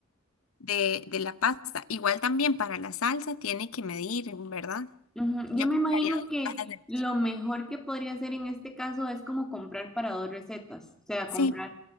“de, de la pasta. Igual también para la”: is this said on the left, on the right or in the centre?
Left